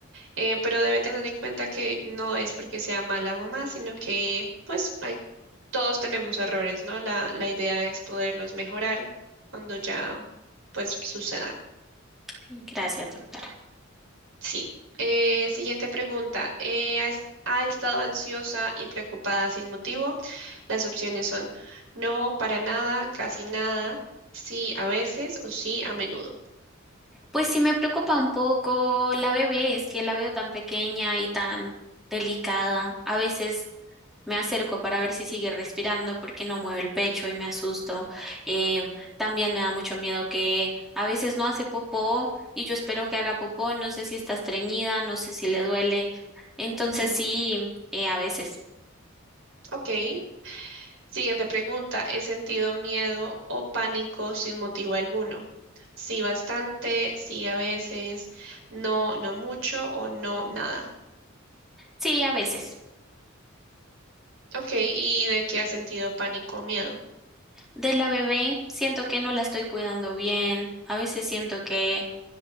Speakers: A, on the right; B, in the centre.
A: eh, pero debe tener en cuenta que no es porque sea mala mamá, sino que pues hay- todos tenemos errores, ¿no? La, la idea es poderlos mejorar cuando ya pues sucedan.
B: Sí, gracias, doctora.
A: Sí. Eh, siguiente pregunta. Eh, ¿has- ¿ha, estado ansiosa y preocupada sin motivo? Las opciones son no, para nada, casi nada, sí a veces o sí a menudo.
B: Pues sí me preocupa un poco la bebé, es que la veo tan pequeña y tan delicada. A veces Me acerco para ver si sigue respirando porque no mueve el pecho y me asusto. Eh, también me da mucho miedo que a veces no hace popó y yo espero que haga popó. No sé si está estreñida, no sé si le duele. Entonces
A: Ujú.
B: sí, eh, a veces.
A: Ok. Siguiente pregunta, ¿he sentido miedo o pánico sin motivo alguno? Sí, bastante, sí, a veces, no, no mucho o no, nada.
B: Sí, a veces.
A: Ok, ¿y de qué has sentido pánico o miedo?
B: De la bebé siento que no la estoy cuidando bien. A veces siento que